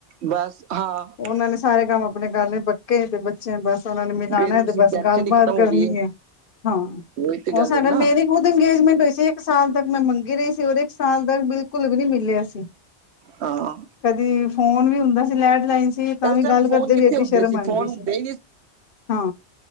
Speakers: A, on the right; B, on the left.
A: ਬਸ ਹਾਂ
B: ਉਹਨਾਂ ਨੇ ਸਾਰੇ ਕੰਮ ਆਪਣੇ ਕਰ ਲਏ ਬ ਪੇ ਤੇ ਬੱਚੇ ਬਸ ਉਹਨਾ ਨੇ ਮਿਲਾਣਾ
A: ਪੇਰੈਂਟਸ
B: ਤੇ
A: ਦੀ
B: ਬਸ
A: ਟੈਨਸ਼ਨ
B: ਗੱਲਬਾਤ
A: ਹੀ ਖਤਮ
B: ਕਰਨੀ
A: ਹੋ ਗਈ ਹੈ
B: ਏ ਹਾਂ
A: ਉਹੀ ਤੇ
B: ਉਹ
A: ਗੱਲ
B: ਸਾਡਾ
A: ਹੈ ਨਾ
B: ਮੇਰੇ ਕੋਲ ਇੰਗੇਜਮੈਂਟ ਹੋਈ ਸੀ ਇੱਕ ਸਾਲ ਤੱਕ ਮੈਂ ਮੰਗੀ ਰਹੀ ਸੀ ਰ ਇੱਕ ਸਾਲ ਤੱਕ ਬਿਲਕੁਲ ਵੀ ਨਹੀਂੀ ਮਿਲਿਆ ਸੀ
A: ਹਾਂ
B: ਕਦੀ ਫੋਨ ਵੀ ਹੁੰਦਾ ਸੀ ਲੈਂਡਲਾਈਨ ਸੀ ਤਾਂ
A: ਉਸ
B: ਵੀ
A: ਟਾਈਮ
B: ਗੱਲ
A: ਫੋਨ
B: ਕਰਦੇ
A: ਕਿੱਥੇ
B: ਵੀ ਏਡੀ
A: ਹੁੰਦੇ
B: ਸ਼ਰਮ ਆਉਂਦੀ
A: ਫੋਨ ਹੁੰਦੇ
B: ਸੀ ਹਾਂ